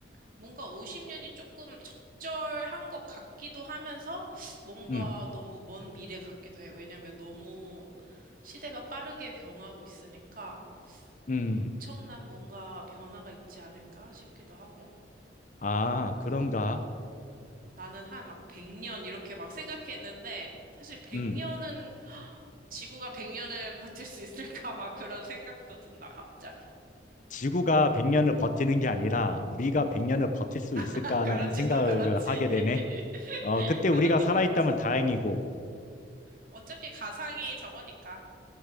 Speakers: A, on the right (about 50°); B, on the left (about 40°).
A: 뭔가 50년이 조금 적절한 것 같기도 하면서 뭔가
B: 음.
A: 너무 먼 미래 같기도 해. 왜냐면 너무 시대가 빠르게 변하고 있으니까
B: 음,
A: 엄청난 뭔가 변화가 있지 않을까 싶기도 하고.
B: 아, 그런가?
A: 나는 한 막 100년 이렇게 막 생각했는데 사실 100년은
B: 음,
A: <gasps> 지구가 100년을 버틸 수 있을까 막 그런 생각도 든다 갑자기.
B: 지구가 100년을 버티는 게 아니라 우리가 100년을 버틸 수 있을까라는
A: <laughs> 아, 그렇지,
B: 생각을
A: 너 그렇지.
B: 하게
A: <laughs>
B: 되네. 어, 그때
A: 그것도
B: 우리가 살아있다면
A: 그렇지.
B: 다행이고.
A: 어차피 가상이 저거니까.